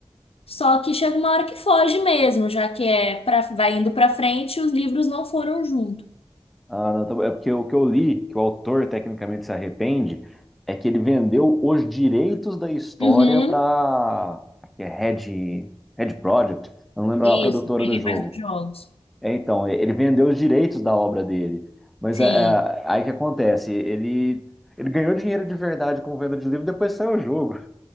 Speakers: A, on the left; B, in the centre.
A: Só que chega uma hora que foge mesmo, já que é para vai indo para frente e os livros não foram junto.
B: Ah, não, tá- bom. é porque o que eu li, que o autor tecnicamente se arrepende, é que ele vendeu os direitos da história
A: Uhum.
B: para a Red, Red Project, eu não lembro
A: Isso,
B: a produtora
A: peguei
B: do jogo.
A: mais os jogos.
B: É, então, ele vendeu os direitos da obra dele. Mas
A: Sim.
B: é, é, aí que acontece, ele, ele ganhou dinheiro de verdade com venda de livro, depois saiu o jogo.